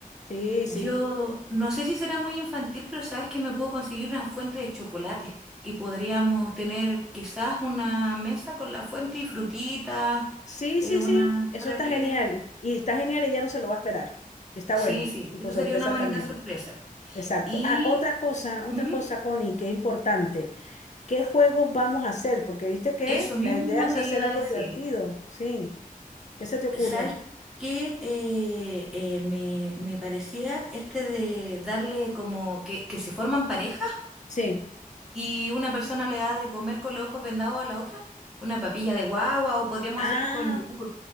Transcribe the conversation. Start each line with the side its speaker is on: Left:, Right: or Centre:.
Left: sí,
Centre: Yo
Left: sí.
Centre: no sé si será muy infantil, pero sabes que me puedo conseguir una fuente de chocolate y podríamos tener quizás una mesa con la fuente y frutitas,
Left: Sí,
Centre: eh,
Left: sí,
Centre: una
Left: sí. Eso
Centre: para
Left: está
Centre: que...
Left: genial. Y está genial y ya no se lo va a esperar. Está
Centre: Sí,
Left: bueno.
Centre: sí,
Left: Y por
Centre: eso
Left: sorpresa
Centre: sería una bonita
Left: también.
Centre: sorpresa.
Left: Exacto.
Centre: Y
Left: Ah, otra cosa, otra
Centre: ujú,
Left: cosa, Connie, que es importante. ¿Qué juegos vamos a hacer? Porque viste que
Centre: eso mismo
Left: la idea es
Centre: te
Left: hacer
Centre: iba
Left: algo
Centre: a decir.
Left: divertido. Sí. ¿Qué se te ocurre?
Centre: ¿Sabes qué? Eh, eh, me, me parecía este de darle como que, que se forman parejas
Left: Sí.
Centre: y una persona le da de comer con los ojos vendados a la otra, una papilla de guagua o podríamos
Left: Ah,
Centre: hacerlos con yogur.